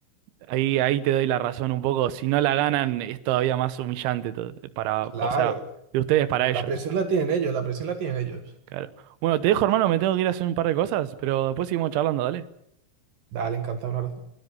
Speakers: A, on the right; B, on the right.
A: Ahí, ahí te doy la razón un poco. Si no la ganan, es todavía más humillante to- para,
B: Claro,
A: o sea, de ustedes para ellos.
B: la presión la tienen ellos, la presión la tienen ellos.
A: Claro. Bueno, te dejo, hermano, me tengo que ir a hacer un par de cosas, pero después seguimos charlando, dale.
B: Dale, encantado, un abrazo.